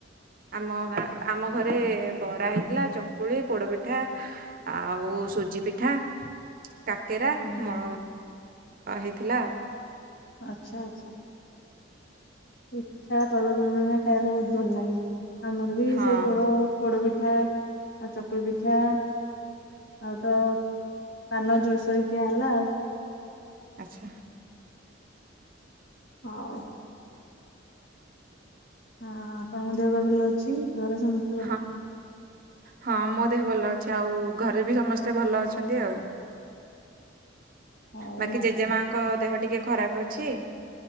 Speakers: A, on the right; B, on the left.
A: ଆମ ଗାଁ ଆମ ଘରେ ବରା ହେଇଥିଲା ଚକୁଳି, ପୋଡ଼ପିଠା ଆଉ ସୁଜି ପିଠା, କାକେରା
B: ହୁଁ।
A: ମ ହେଇଥିଲା।
B: ଆଚ୍ଛା ଆଚ୍ଛା। ପଠା ପର୍ବପର୍ବାଣିରେ ଖାଇବାକୁ ବହୁତ୍ ଭଲ ଲାଗେ ଆମରବି
A: ହଁ
B: ସେଇ ପୋଡ଼ ପୋଡ ପିଠା, ଆଉ ଚକୁଳି ପିଠା ଆଉତ ପାନ ଜୋରସୋରେ ଖିଆ ହେଲା ଆଉ।
A: ଆଚ୍ଛା।
B: ହଉ। ହଁ ଆପଣଙ୍କ ଦେହ ପା ଭଲ ଅଛି ଘରେ ସମସ୍
A: ହଁ ହଁ ମୋ ଦେହ ଭଲ ଅଛି ଆଉ ଘରେବି ସମସ୍ତେ ଭଲ ଅଛନ୍ତି ଆଉ।
B: ହଉ
A: ବାକି
B: ଆଉ
A: ଜେଜେମାଙ୍କ ଦେହ ଟିକେ ଖରାପ୍ ଅଛି।